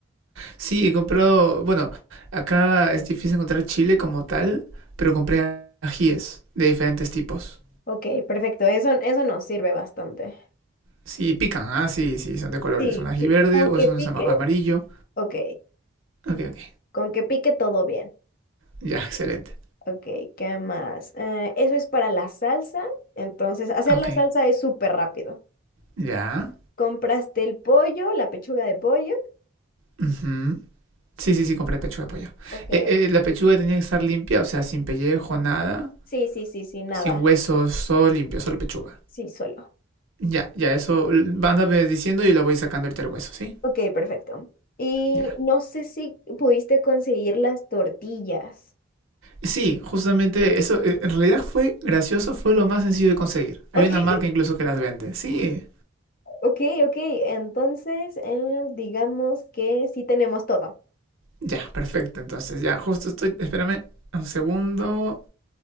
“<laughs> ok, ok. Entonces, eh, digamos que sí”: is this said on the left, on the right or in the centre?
Left